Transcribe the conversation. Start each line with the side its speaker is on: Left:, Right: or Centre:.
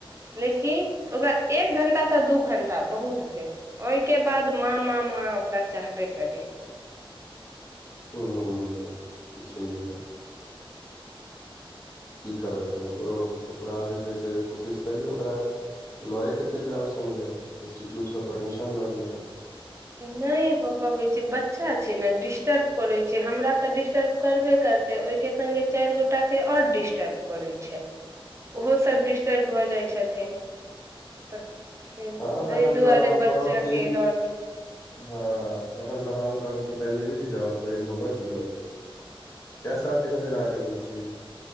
Right: लेकिन ओकरा एक घंटा स दू घंटा बहुत भेल ओईके बाद माँ माँ माँ ओकरा चाहबे करी
Left: हूँ त छहिए की करबै ओकरो ओकरा जे छै से ओकरा कोशिश करियौ ओकरा लए क चलि जाउ संगे इंस्टिच्यूटसँ परमिशन लऽ लिअ
Right: नै भऽ पाबै छै बच्चा छै ने डिस्टर्प करय छै हमरा तऽ डिस्टर्प करबे करते ओहिके संग चारि गोटा के आओर डिस्टर्ब करय छै ओहो सभ डिस्टर्ब भऽ जाइत छथिन तऽ
Left: हँ तखन
Right: तै दुआरे
Left: तऽ हम
Right: बच्चाके
Left: कहब कि
Right: एलाउड
Left: हँ तखन तऽ हम सब कि कनि रुकि जाउ पैघ होबऽ दियौ कै साल के छथिन अहाँके बुच्ची